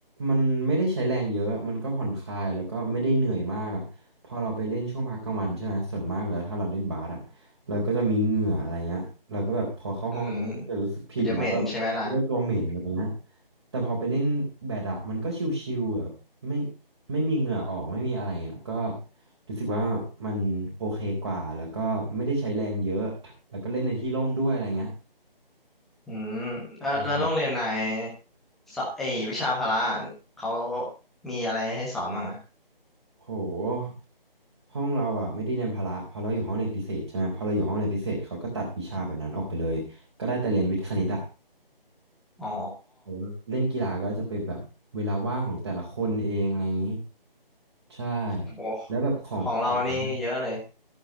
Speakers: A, on the right (about 25°); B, in the centre.
A: มันไม่ได้ใช้แรงเยอะมันก็ผ่อนคลายแล้วก็ไม่ได้เหนื่อยมากอ่ะพอเราไปเล่นช่วงพักกลางวันใช่ไหมส่วนมากแล้วถ้าเราเล่นบาสอ่ะเราก็จะมีเหงื่ออะไรเงี้ยเราก็แบบพอเข้าห้องเราก็จะรู้สึกผิดแล้วแบบรู้ว่าตัวเหม็นอะไรเงี้ย
B: อืมมันจะเหม็นใช่ไหมล่ะ
A: แต่พอไปเล่นแบดอ่ะมันก็ชิลๆแบบไม่ไม่มีเหงื่อออกไม่มีอะไรอ่ะก็รู้สึกว่ามันโอเคกว่าแล้วก็ไม่ได้ใช้แรงเยอะแล้วก็เล่นในที่ร่มด้วยอะไรเงี้ย
B: <laughs> อืมแล้วแล้วโรงเรียนนาย
A: ใช่
B: สอไอวิชาพละเขามีอะไรให้สอนบ้างอะ
A: โหห้องเราอ่ะไม่ได้เรียนพละเพอเราอยู่ห้องเรียนพิเศษใช่ไหมพอเราอยู่ห้องเรียนพิเศษเขาก็ตัดวิชาแบบนั้นออกไปเลยก็ได้แต่เรียนวิทย์คณิตอ่ะ
B: อ๋อ
A: แต่ว่าเล่นกีฬาก็จะเป็นแบบเวลาว่างของแต่ละคนเองอะไรอย่างนี้ใช่
B: โอ้โห
A: แล้วแบบของของไหนอะ
B: ของเรานี่เยอะเลย